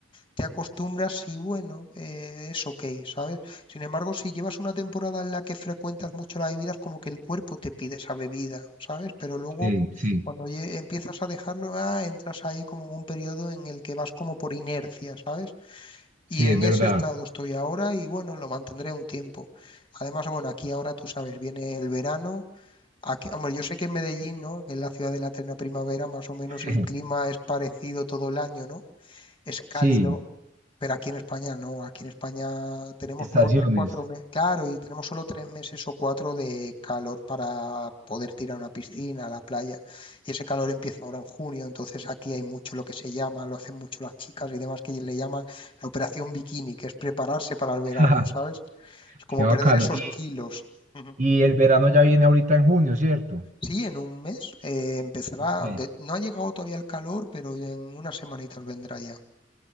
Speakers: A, on the left (about 25°); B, on the right (about 40°).
A: te acostumbras y bueno, eh, es ok, ¿sabes? Sin embargo, si llevas una temporada en la que frecuentas mucho las bebidas, como que el cuerpo te pide esa bebida, ¿sabes? Pero luego,
B: sí, sí,
A: cuando lle- empiezas a dejarlo, ah, entras ahí como en un periodo en el que vas como por inercia, ¿sabes? Y
B: sí, es
A: en
B: verdad.
A: ese estado estoy ahora y bueno, lo mantendré un tiempo. Además, bueno, aquí ahora tú sabes, viene el verano. Aquí, hombre, yo sé que en Medellín, ¿no? Que es la ciudad de la eterna primavera, más o menos
B: <laughs>
A: el clima es parecido todo el año, ¿no? es cálido,
B: Sí,
A: pero aquí en España no, aquí en España tenemos
B: estaciones.
A: como tres, cuatro meses, claro, y tenemos solo tres meses o cuatro de calor para poder tirar a una piscina, a la playa, y ese calor empieza ahora en junio, entonces aquí hay mucho lo que se llama, lo hacen mucho las chicas y demás, que le llaman la operación bikini, que es prepararse para el verano,
B: <laughs>
A: ¿sabes? Es como
B: Qué bacano.
A: perder esos
B: Y,
A: kilos. Ujú.
B: y el verano ya viene ahorita en junio, ¿cierto?
A: Sí, en un mes eh, empezará.
B: Mes.
A: de- no ha llegado todavía el calor, pero en unas semanitas vendrá ya.